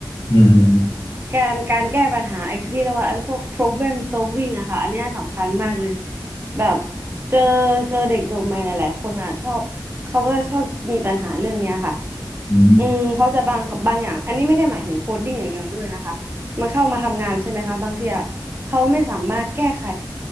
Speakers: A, on the left; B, on the right.
A: อืม
B: การการแก้ปัญหาไอ้ที่เรียกว่าไอ้พวก problem solving อะค่ะอันเนี้ยสำคัญมากเลยแบบเจอเจอเด็กจบใหม่หลายๆคนอะชอบเขาก็ชอบมีปัญหาเรื่องเนี้ยค่ะ
A: อืม
B: อืมเขาจะบางบางอย่างอันนี้ไม่ได้หมายถึงโคดดิ้งอย่างเดียวด้วยนะคะมันเข้ามาทำงานใช่ไหมคะบางทีอะเขาไม่สามารถแก้ไข